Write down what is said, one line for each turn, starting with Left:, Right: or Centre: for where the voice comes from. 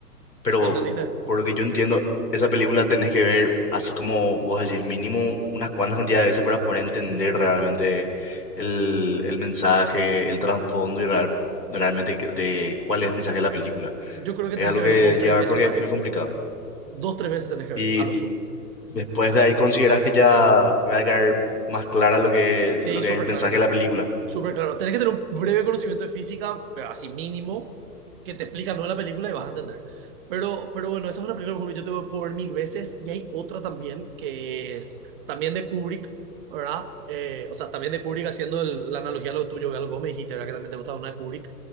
Left: pero
Right: ¿No entendiste?
Left: por lo que yo entiendo, esa película tenés que ver, así como vos decís, mínimo unas cuantas cantidades de veces para poder entender realmente el, el mensaje, el trasfondo y real- realmente que- de cuál es el mensaje de la película.
Right: Yo creo que
Left: Es
Right: tenés
Left: algo
Right: que
Left: que
Right: ver dos,
Left: llegué
Right: tres
Left: a
Right: veces
Left: ver porque
Right: por
Left: es
Right: ahí.
Left: muy complicado.
Right: Dos, tres veces tenés que ver,
Left: Y
Right: a lo sumo.
Left: después de ahí considerás que ya me va a quedar más clara lo que,
Right: Sí,
Left: lo que
Right: súper
Left: es el mensaje
Right: claro, tengo
Left: de la película.
Right: Súper claro. Tenés que tener un breve conocimiento de física, pero así mínimo, que te explica no la película y vas a entender. Pero, pero bueno, esa es una película, por ejemplo, yo te voy a poner mil veces y hay otra también que es también de Kubrick, ¿verdad? Eh, o sea, también de Kubrick haciendo el- la analogía a lo tuyo, a lo que vos me dijiste, ¿verdad? Que también te gustaba una de Kubrick,